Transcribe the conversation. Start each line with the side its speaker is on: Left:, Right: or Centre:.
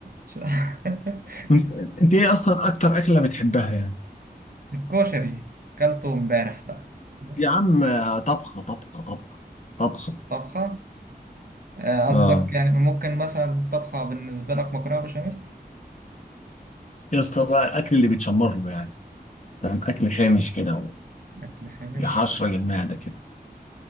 Right: ش- <laughs>
Left: أنت أنت إيه أصلا أكتر أكلة بتحبها يعني
Right: الكشري كلته امبارح بقى بص،
Left: يا عم آه، طبخة طبخة طبخة طبخة
Right: طبخة آه، قصدك
Left: آه
Right: يعني ممكن مثلا طبخة بالنسبة لك مكرونة بشاميل
Left: يا اسطى بقى الأكل اللي بيتشمر له يعني فاهم أكل خامش كده
Right: أكل خامش
Left: ويحشرج المعدة كده